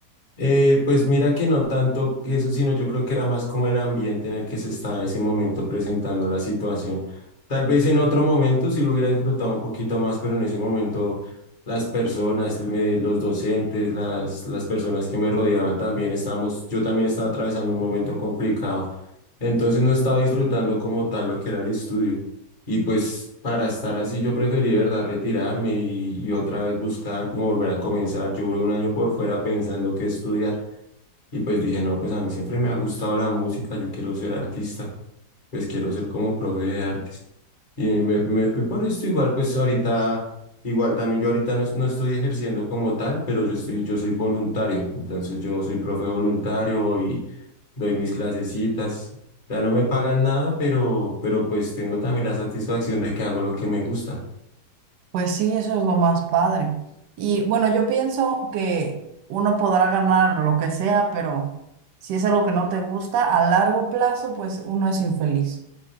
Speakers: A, on the left; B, on the right.
A: Eh, pues mira que no tanto que eso, sino yo creo que era más como el ambiente en el que se estaba en ese momento presentando la situación. Tal vez en otro momento sí lo hubiera disfrutado un poquito más, pero en ese momento las personas, me- los docentes, las, las personas que me rodeaban también estábamos, yo también estaba atravesando un momento complicado. Entonces no estaba disfrutando como tal lo que era el estudio. Y pues para estar así yo preferí, de verdad, retirarme y, y otra vez buscar cómo volver a comenzar. Yo duré un año por fuera pensando qué estudiar y pues dije, no, pues a mí siempre me ha gustado la música, yo quiero ser artista, pues quiero ser como profe de artes. Y me, me fui por esto igual, pues ahorita, igual también yo ahorita no, es- no estoy ejerciendo como tal, pero yo estoy, yo soy voluntario, entonces yo soy profe voluntario y doy mis clasecitas. Ya no me pagan nada, pero, pero pues tengo también la satisfacción de que hago lo que me gusta.
B: Pues sí, eso es lo más padre. Y bueno, yo pienso que uno podrá ganar lo que sea, pero si es algo que no te gusta, a largo plazo, pues uno es infeliz.